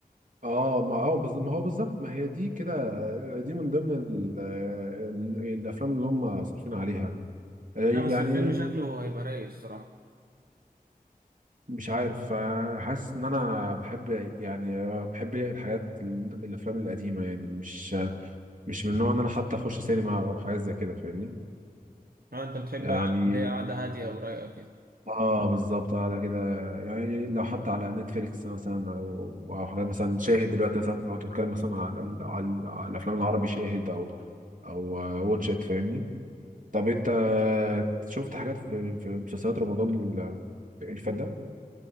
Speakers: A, on the right; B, on the right.
A: اه ما اه بز... ما هو بالظبط ما هي دي كده دي من ضمن ال... ال... الافلام اللي هم صارفين عليها آه، يعني
B: لا بس الفيلم شكله هيبقى رايق الصراحة
A: مش عارف آه، حاسس ان انا بحب يعني بحب الحاجات ال- الافلام القديمه يعني مش مش من النوع ان انا حتى اخش سينما او حاجات زي كده فاهمني
B: آه، انت بتحب
A: يعني
B: قعدة- اللي هي قعدة هادية ورايقة كده
A: اه بالظبط قاعده كده يعني لو حتى على نتفليكس مثلا او او حاجات مثلا شاهد دلوقتي مثلا لو تتكلم مثلا على على, على الافلام العربي شاهد او او واتش ات فاهمني طب انت شفت حاجات في في مسلسلات رمضان ال- اللي فات ده